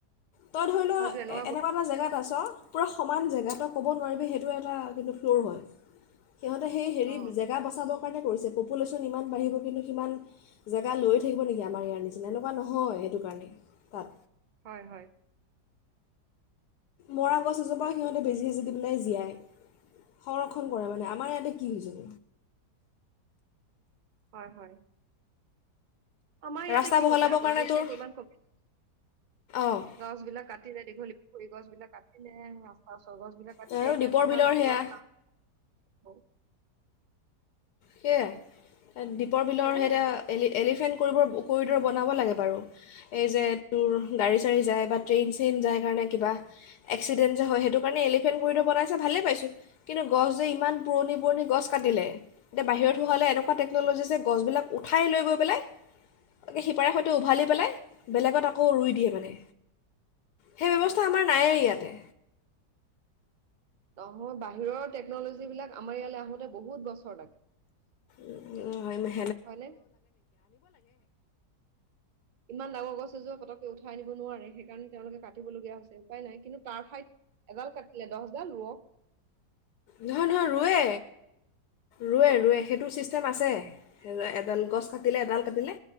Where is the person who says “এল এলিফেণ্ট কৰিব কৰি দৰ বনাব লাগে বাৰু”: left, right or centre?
Left